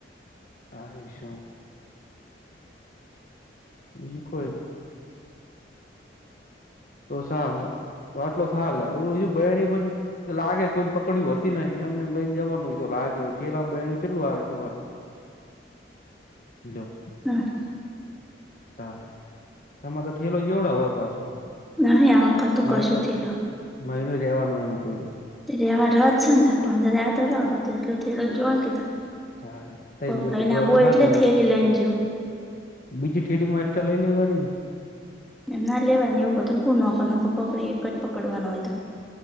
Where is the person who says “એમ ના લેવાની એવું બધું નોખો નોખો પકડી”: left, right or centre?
Centre